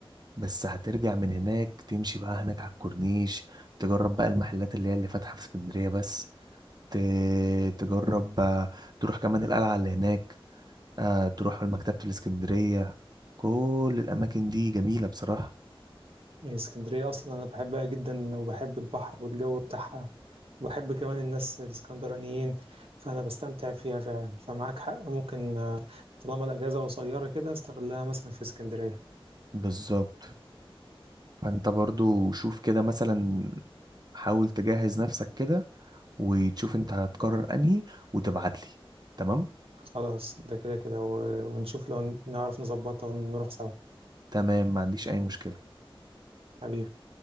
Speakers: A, on the right; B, on the right.
A: بس هترجع من هناك تمشي بقى هناك على الكورنيش تجرب بقى المحلات اللي هي اللي فاتحة في اسكندرية بس ت... تجرب آه، تروح كمان القلعة اللي هناك آه، تروح مكتبة الاسكندرية كل الأماكن دي جميلة بصراحة
B: يعني اسكندرية اصلا انا بحبها جدا وبحب البحر والجو بتاعها وبحب كمان الناس الاسكندرانيين فانا بستمتع فيها فعلا فمعاك حق ممكن آه، طالما الاجازة قصيرة كده استغلها مثلا في اسكندرية
A: بالظبط فأنت برضو شوف كده مثلا حاول تجهز نفسك كده وتشوف انت هتقرر انهي وتبعتلي تمام
B: خلاص ده كده كده و- ونشوف لو نعرف نظبطها ونروح سوا
A: تمام ما عنديش أي مشكلة
B: حبيبي